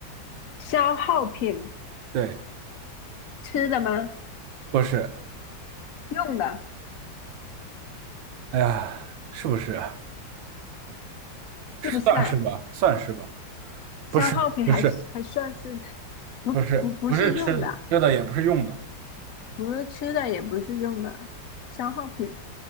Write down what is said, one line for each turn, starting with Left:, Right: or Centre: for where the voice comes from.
Left: 消耗品，
Right: 对，
Left: 吃的吗？
Right: 不是，
Left: 用的
Right: 哎呀，是不是啊？
Left: 是不是啊？
Right: 算是吧，算是吧，
Left: 消耗品还是还算是
Right: 不是，不是，
Left: 不不不是用的，
Right: 不是，不是吃吃的，也不是用的，
Left: 不是吃的，也不是用的，消耗品。